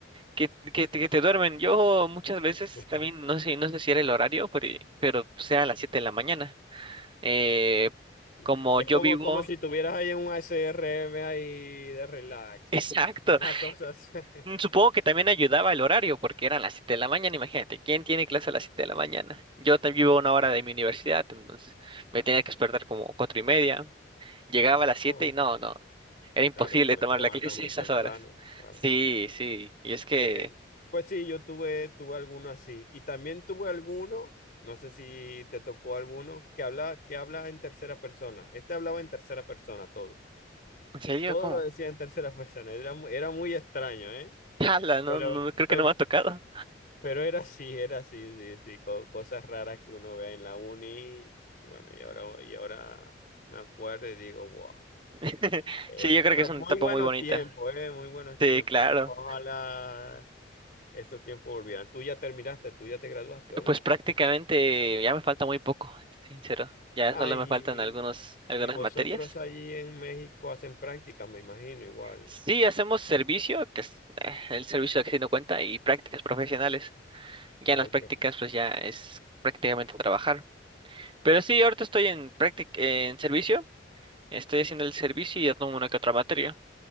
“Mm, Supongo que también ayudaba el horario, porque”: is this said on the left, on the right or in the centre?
Right